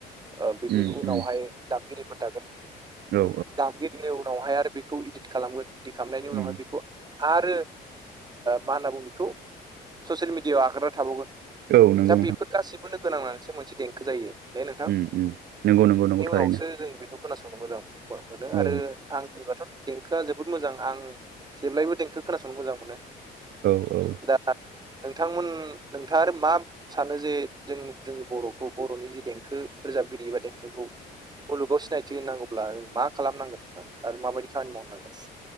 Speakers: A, on the right; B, on the right.
A: ओ बिनि
B: उम
A: उनावहाय
B: उम
A: दामगिरिफोर थागोन।
B: औ
A: दामगिरि बिनि उनावहाय आरो बेखौ इदित खालामगोन। इदिट खालामनायनि
B: उम
A: उनावहाय बेखौ आरो मा होनना बुङो बेखौ? ससियेल मिडियायाव आगारनाय थाबावगोन।
B: औ नंगौ
A: दा
B: नोंथां
A: बेफोर गासैबो लोगो नांनानैसो मोनसे देंखो जायो। दे नोंथां।
B: उम उम नंगौ नंगौ नंगौ
A: बेनि
B: थारैनो
A: उनावसो जों बेखौ खोनासंनो मोजां मोनो।
B: औ
A: आरो आंनिबाथ' देंखोआ जोबोद मोजां। आं जेब्लायबो देंखो खोनासंनो मोजां मोनो।
B: औ औ।
A: दा नोंथांमोन नोंथाङा आरो मा सानो जे जों-जोंनि बर'खौ, बर'नि जे देंखो रोजाब गिरि एबा देंखोखौ। मुलुगाव सिनायथि होनांगौब्ला मा खालामनांगोन? आरो माबायदि खामानि मावनांगोन?